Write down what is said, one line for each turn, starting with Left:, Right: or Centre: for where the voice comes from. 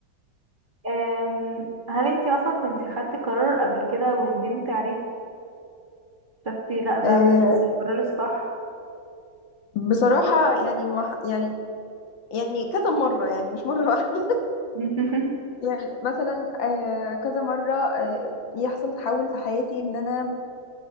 Right: أم، هل انتي مثلا كنتي خدتي قرار قبل كده وندمتي عليه شفتي لا ده
Left: إيه،
Right: القرار الصح
Left: بصراحة يعني ما ح- يعني يعني كذا مرة يعني مش مرة واحدة
Right: <laughs>
Left: يعني مثلا آه، كذا مرة آه، يحصل تحول في حياتي ان انا